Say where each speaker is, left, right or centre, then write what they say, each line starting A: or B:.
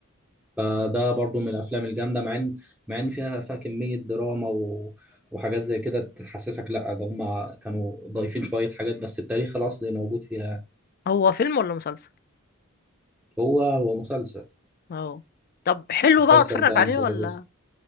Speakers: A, in the centre; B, on the left.
A: فده برضه من الأفلام الجامدة مع إن مع إن فيها فيها كمية دراما و... وحاجات زي كده تحسسك لا ده هما كانوا ضايفين شوية حاجات بس التاريخ الأصلي موجود فيها
B: هو فيلم ولا مسلسل
A: هو هو مسلسل
B: اه طب حلو
A: المسلسل
B: بقى اتفرج
A: ده
B: عليه
A: من كذا
B: ولا
A: جزء